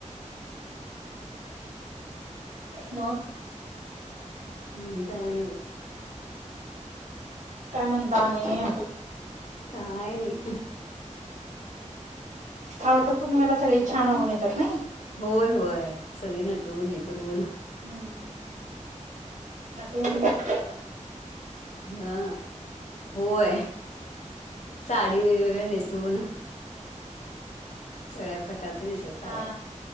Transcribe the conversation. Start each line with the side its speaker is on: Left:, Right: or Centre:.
Left: हो
Right: मग
Left: आणि काय नाही बघा
Right: काय म्हणता आणि
Left: काय नाही
Right: आवटं पौर्णिमेला सगळे छान आवरून येतात ना
Left: होय होय सगळे नाटून हे करून
Right: हम्म नटून येतात
Left: हा होय. साडी वैगरे नेसून सगळ्या प्रकारच दिसत्यात साड्या
Right: हा